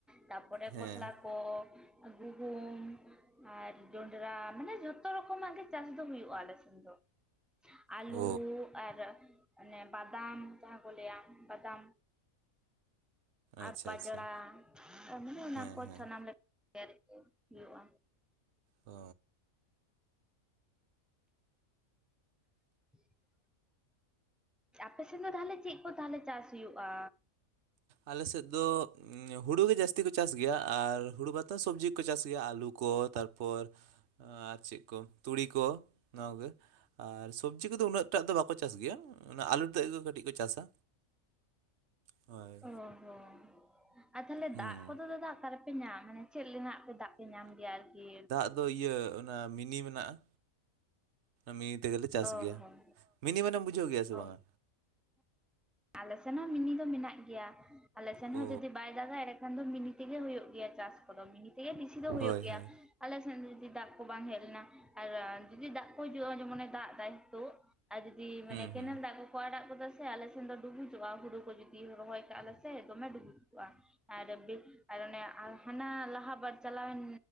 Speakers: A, in the centre; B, on the right (about 60°).
A: ᱛᱟᱯᱚᱨᱮ
B: ᱦᱮᱸ
A: ᱠᱷᱚᱥᱞᱟ ᱠᱚ ᱜᱩᱦᱩᱢ ᱟᱨ ᱡᱚᱱᱰᱨᱟ ᱢᱟᱱᱮ ᱡᱚᱛᱚ ᱨᱚᱠᱚᱢᱟᱜ ᱜᱮ ᱪᱟᱥ ᱫᱚ ᱦᱩᱭᱩᱜᱼᱟ ᱟᱞᱮᱥᱮᱱ ᱫᱚ ᱟᱞᱩ
B: ᱚ
A: ᱟᱨ ᱚᱱᱮ ᱵᱟᱫᱟᱢ ᱡᱟᱦᱟᱸ ᱠᱚ ᱞᱟᱹᱭᱟ ᱵᱟᱫᱟᱢ ᱟᱨ
B: ᱟᱪᱪᱷᱟ
A: ᱵᱟᱡᱽᱲᱟ
B: ᱟᱪᱪᱷᱟ
A: ᱛᱟᱨᱢᱟᱱᱮ ᱚᱱᱟᱠᱚ
B: ᱦᱮᱸ ᱦᱮᱸ
A: ᱥᱟᱱᱟᱢ ᱞᱮᱠᱟ ᱦᱩᱭᱩᱜᱼᱟ
B: ᱚ
A: <inaudible> ᱟᱯᱮᱥᱮᱫ ᱫᱚ ᱛᱟᱦᱚᱞᱮ ᱪᱮᱫ ᱠᱚ ᱛᱟᱦᱚᱞᱮ ᱪᱟᱥ ᱦᱩᱭᱩᱜᱼᱟ?
B: ᱟᱞᱮ ᱥᱮᱫ ᱫᱚ ᱦᱩᱲᱩ ᱜᱮ ᱡᱟᱹᱥᱛᱤ ᱠᱚ ᱪᱟᱥ ᱜᱮᱭᱟ ᱟᱨ ᱦᱩᱲᱩ ᱵᱟᱛᱚ ᱥᱚᱵᱽᱡᱤᱠᱚ ᱪᱟᱥ ᱜᱮᱭᱟ ᱟᱹᱞᱩ ᱠᱚ ᱛᱟᱨᱯᱚᱨ ᱟᱨ ᱪᱮᱫ ᱠᱚ ᱛᱩᱲᱤ ᱠᱚ ᱱᱚᱣᱟ ᱠᱚᱜᱮ ᱟᱨ ᱥᱚᱵᱽᱡᱤ ᱠᱚᱫᱚ ᱩᱱᱟᱹᱜ ᱴᱟᱜ ᱫᱚ ᱵᱟᱠᱚ ᱪᱟᱥ ᱜᱮᱭᱟ ᱚᱱᱟ ᱟᱹᱞᱩ ᱛᱮᱜ ᱫᱚ ᱠᱟᱹᱴᱤᱡ ᱠᱚ ᱪᱟᱥᱟ ᱦᱳᱭ
A: ᱚ ᱦᱚᱸ ᱟᱨ ᱛᱟᱦᱚᱞᱮ
B: ᱦᱩᱸ
A: ᱫᱟᱜ ᱠᱚᱫᱚ ᱫᱟᱫᱟ ᱚᱠᱟ ᱨᱮᱯᱮ ᱧᱟᱢ ᱢᱟᱱᱮ ᱪᱮᱫ ᱨᱮᱱᱟᱜ ᱫᱟᱜ ᱯᱮ ᱧᱟᱢ ᱜᱮᱭᱟ ᱟᱨᱠᱤ
B: ᱟᱫᱚ ᱤᱭᱟᱹ ᱚᱱᱟ ᱢᱤᱱᱤ ᱢᱮᱱᱟᱜᱼᱟ ᱢᱤᱱᱤ ᱛᱮᱜᱮᱞᱮ ᱪᱟᱥ
A: ᱚ
B: ᱜᱮᱭᱟ
A: ᱦᱚᱸ
B: ᱢᱤᱱᱤ ᱢᱟᱱᱮᱢ ᱵᱩᱡᱷᱟᱹᱣ ᱜᱮᱭᱟ ᱥᱮ
A: ᱚ
B: ᱵᱟᱝᱟ?
A: ᱟᱞᱮ ᱥᱮᱱ ᱦᱚᱸ ᱢᱤᱱᱤ ᱫᱚ ᱢᱮᱱᱟᱜ ᱜᱮᱭᱟ ᱟᱞᱮ ᱥᱮᱱ
B: ᱳ
A: ᱦᱚᱸ ᱡᱩᱫᱤ ᱵᱟᱭ ᱵᱟᱭ ᱫᱟᱜᱟᱭ ᱮᱸᱰᱮᱠᱷᱟᱱ ᱫᱚ ᱢᱤᱱᱤ ᱛᱮᱜᱮ ᱦᱩᱭᱩᱜ ᱜᱮᱭᱟ ᱪᱟᱥ ᱠᱚᱫᱚ ᱢᱤᱱᱤ ᱛᱮᱜᱮ ᱵᱮᱥᱤ ᱫᱚ ᱦᱩᱭᱩᱜ
B: ᱦᱳᱭ
A: ᱜᱮᱭᱟ
B: ᱦᱳᱭ
A: ᱟᱞᱮ ᱥᱮᱫ ᱡᱩᱫᱤ ᱫᱟᱜ ᱠᱚ ᱵᱟᱝ ᱦᱮᱡ ᱞᱮᱱᱟ ᱟᱨ ᱡᱩᱫᱤ ᱫᱟᱜ ᱠᱚ ᱦᱤᱡᱩᱜᱼᱟ ᱡᱮᱢᱚᱱᱮ ᱫᱟᱜ ᱮᱫᱟᱭ ᱛᱚ ᱟᱨ ᱡᱩᱫᱤ
B: ᱦᱩᱸ
A: ᱢᱟᱱᱮ ᱠᱮᱱᱮᱞ
B: ᱦᱩᱸ
A: ᱫᱟᱜ ᱠᱚᱠᱚ ᱟᱲᱟᱜ ᱠᱚᱫᱚ ᱥᱮ ᱟᱞᱮ ᱥᱮᱱ ᱫᱚ ᱰᱩᱵᱩᱡᱚᱜᱼᱟ ᱦᱩᱲᱩ ᱠᱚ ᱡᱩᱫᱤ ᱨᱚᱦᱚᱭ ᱠᱟᱜᱼᱟᱞᱮ ᱥᱮ ᱫᱚᱢᱮ ᱰᱩᱵᱩᱡ ᱠᱚᱜᱼᱟ ᱟᱨ ᱟᱨ ᱚᱱᱮ ᱦᱟᱱᱟ ᱞᱟᱦᱟ ᱵᱟᱨ ᱪᱟᱞᱟᱣᱮᱱ